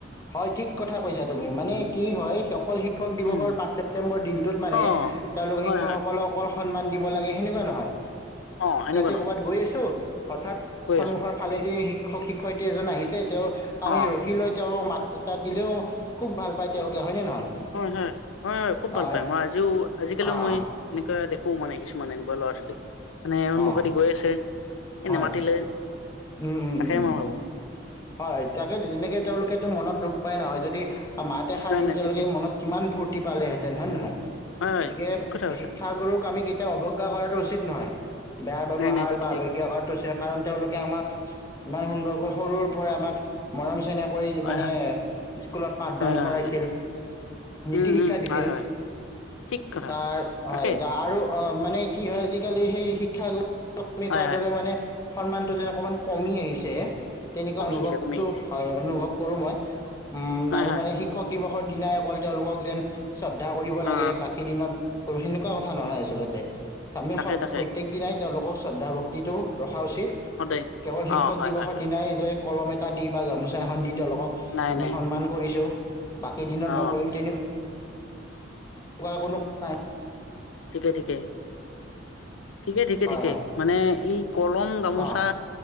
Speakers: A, on the left; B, on the left.
A: হয় ঠিক কথা কৈছা তুমি মানে কি হয় অকল শিক্ষক দিৱসৰ
B: উম
A: পাঁচ ছেপ্তেম্বৰ দিন। ত মানে
B: অ
A: তেওঁলোকৰ
B: হয়
A: শিক্ষকসকলক
B: হয়
A: অকল। সন্মান দিব লাগে সেনেকুৱা নহয়।
B: অ এনেকুৱা
A: ৰাতি
B: নহয়
A: কৰ'বাত গৈ আছো হঠাৎ
B: কৈ
A: সন্মুখৰ
B: আছো
A: ফালেদি শি। শিক্ষ শিক্ষয়িত্ৰী এজন আহিছে। তেওঁ আমি
B: অ
A: ৰখি লৈ তেওঁৰ মাত। তাত দিলেও খুব ভাল পায় তেওঁলোকে হয় নে নহয়।
B: হয়, হয়, হয়, হয় খুব ভাল
A: অঁ
B: পায় মই আজিও আজিকালিও
A: অঁ
B: মই এনেকুৱা দেখো। সু মানে কিছুমানে এনেকুৱা ল' ৰ ছোৱালী। মানে সন্মুখতে
A: অঁ
B: গৈ আছে এই
A: হয়
B: নেমাতিলে
A: উম উম
B: তাকেই
A: উম উম
B: মই ভাবো।
A: হয় তাকে তেনেকে তেওঁলোকেতো মনত দুখ পাই নহয় যদি। মাতে খাই
B: নাই
A: দিওঁ
B: নাই
A: তেওঁলোকে
B: ঠিকে
A: মনত কিমান ভূত। টিপালেতেন হয় নহয়।
B: হয় হয়
A: গতিকে
B: ঠিক কথা কৈছা
A: শিক্ষাগুৰুক আমি কেতিয়াও অৱজ্ঞা কৰাটো উচিত নহয় বেয়া ব্যৱহাৰ
B: নাই নাই ঠিক
A: বা
B: ঠিক
A: অৱজ্ঞা কৰাটো উচিত কাৰণ তেওঁলোকে আমাক ইমান সুন্দৰ। বৰ সৰু। আমাক মৰম চেনেহ কৰি
B: হয়
A: মানে
B: হয়
A: স্কুলত পাঠদান
B: হয় হয়
A: কৰাইছিল
B: হয়
A: নীতি
B: উম
A: শিক্ষা
B: উম
A: দিছিল
B: হয় হয় ঠিক কথা
A: হয়,
B: তাকে
A: আৰু। অ মানে কি হয় আজিকালি সেই শিক্ষাগু। মি
B: হয়
A: কৰা
B: হয়
A: দৰে মানে। সন্মানটো যেন অকমান কমি আহিছে। তেনেকুৱা
B: কমি
A: অনুভৱটো
B: আহিছে কমি আহিছে
A: হয়, অনুভৱ কৰোঁ মই উম,
B: হয়
A: আৰু
B: হয়
A: মানে শিক্ষক প্ৰতিবছৰ দিনাই অকল তেওঁলোকক যেন শ্ৰদ্ধা কৰিব
B: অ
A: লাগে, বাকী দিনত সেনেকুৱা কথা নহয় আচলতে। আমি
B: তাকে
A: স
B: তাকে
A: প্ৰত্যেক দিনাই তেওঁলোকক শ্ৰদ্ধা ভক্তিটো ৰখা উচিত,
B: সদায়
A: কেৱল শিক্ষক
B: অ হয়
A: দিৱসৰ
B: হয় হয়
A: দিনাই কলম এটা দি বা গামোচা এখন দি তেওঁলোকক
B: নাই
A: আমি
B: নাই
A: সন্মান
B: ঠিক
A: কৰিছোঁ। বাকী দিনত
B: অ
A: নকৰিম তেনে অ কোনো ক
B: ঠিকেই ঠিকেই। ঠিকে ঠিকে
A: হয়
B: ঠিকে,
A: হয়
B: মানে এই কলম, গামোচা
A: অঁ